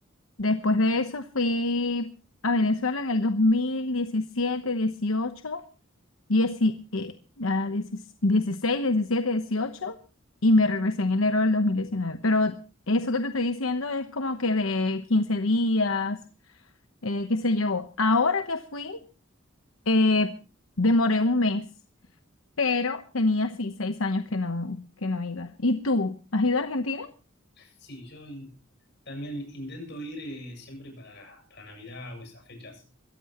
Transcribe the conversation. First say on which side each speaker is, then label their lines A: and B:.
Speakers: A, on the left; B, on the left.
A: Después de eso fui a Venezuela en el 2017, 18, 10, eh, ah, diecis- dieciséis diecisiete 18 y me regresé en enero del dos mil diecinueve Pero eso que te estoy diciendo es como que de 15 días, eh, qué sé yo. Ahora que fui... Eh, demoré un mes, pero tenía así seis años que no, que no iba. ¿Y tú? ¿Has ido a Argentina?
B: sí, yo in- también intento ir eh, siempre para, para Navidad o esas fechas.